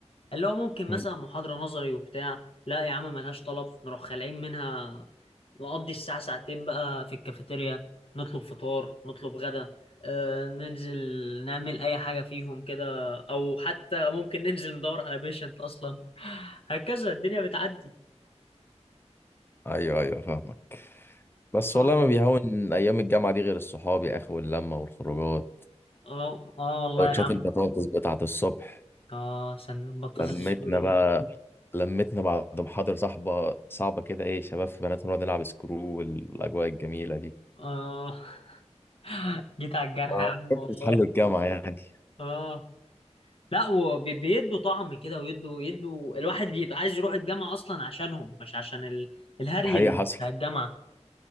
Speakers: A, on the left; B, on the left.
A: اللي هو ممكن
B: مم.
A: مثلا محاضرة نظري وبتاع لا يا عم ملهاش طلب نروح خالعين منها نقضي الساعة ساعتين بقى في الكافيتيريا نطلب فطار نطلب غدا آه ننزل نعمل أي حاجة فيهم كده أو حتى ممكن ننزل ندور على بيشنت أصلا هكذا الدنيا بتعدي
B: ايوه ايوه فاهمك بس
A: اه
B: والله ما بيهون ايام الجامعه دي غير الصحاب يا اخي واللمه والخروجات
A: اه آه والله
B: سندوتشات البطاطس بتاعه الصبح
A: اه سندوتش بطاطس
B: لمتنا
A: السوري دي
B: بقى لمتنا بعد محاضره صاحبه صعبه كده ايه شباب في بنات نقعد نلعب سكرو والاجواء الجميله دي
A: اه <laughs> جيت على الجرح
B: اه
A: يا عم والله
B: بتحل الجامعه يعني
A: اه لا وبيدوا طعم كده ويدوا يدوا الواحد بيبقى عايز يروح الجامعة أصلا عشانهم مش عشان ال... الهري
B: حقيقه
A: ال-
B: حصل
A: بتاع الجامعة